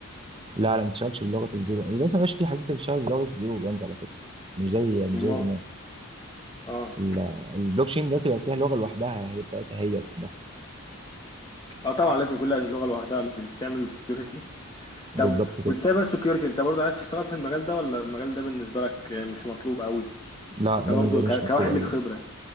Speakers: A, on the right (about 25°); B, on the left (about 20°).
A: لا لا ما بتشتغلش بلغه الزيرو دلوقتي ما بقاش في حاجات بتشتغل بلغه الزيرو وانز على فكره مش زي مش
B: ما
A: زي زمان
B: اه
A: ال- البلوك تشين دلوقتي بقت ليها لغه لوحدها هي بتاعتها هي لوحدها
B: اه طبعا لازم كل لغة لوحدها مش بتعمل سكيورتي <laughs>
A: بالظبط
B: طب
A: كده
B: والسايبر سكيورتي انت برضو عايز تشتغل في المجال ده ولا المجال ده بالنسبة لك آه، مش مطلوب قوي
A: لا
B: انت
A: ده
B: برضو
A: بالنسبه لي
B: ك...
A: مش مكتوب
B: كواحد
A: قوي
B: ليك خبرة
A: يعني